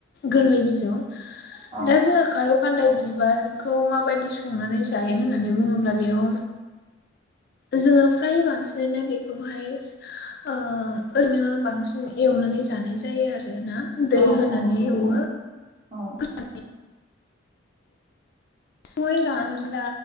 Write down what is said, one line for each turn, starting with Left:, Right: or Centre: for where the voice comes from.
Left: गोरलै बिजौ
Right: औ औ
Left: दा जोङो खार' खान्दाय बिबारखौ माबायदि संनानै जायो होननानै बुङोब्ला बेयाव जोङो फ्राय बांसिनानो बेखौहाय ओ ओरैनो बांसिन एवनानै जानाय जायो आरो ना दै
Right: औ
Left: होनानै
Right: औ नंगौ
Left: एवो
Right: औ
Left: द गय गानोब्ला